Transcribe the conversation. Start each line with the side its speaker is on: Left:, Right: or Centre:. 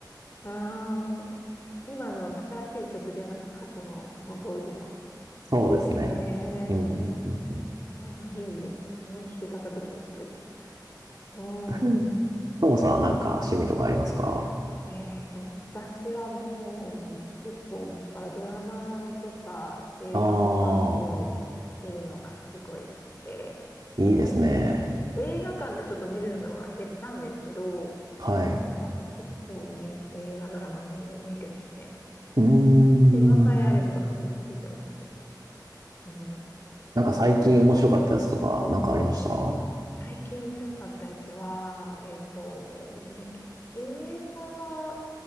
Left: あー、今の新しい曲ではなく、過去の、その当時の。
Right: そうですね。
Left: へえ、
Right: うん。うんうん
Left: あー、いいですね。その聞き方、ちょっと面白いですね。う
Right: うん。
Left: ん。
Right: ともさんはなんか趣味とかありますか
Left: えっと、私はもう、結構もっぱらドラマとか映画とかを見るのがすごい好きで、
Right: ああー、いいですね。
Left: 最近映画館でちょっと見るのは減ったんですけど、
Right: はい。
Left: あと結構ね映画ドラマ見、見見てますね。
Right: うーん。
Left: 今さえあれば見見てますけど。はい
Right: なんか最近面白かったやつとか、なんかありました
Left: 最近面白かったやつは、えっと、ま映画は、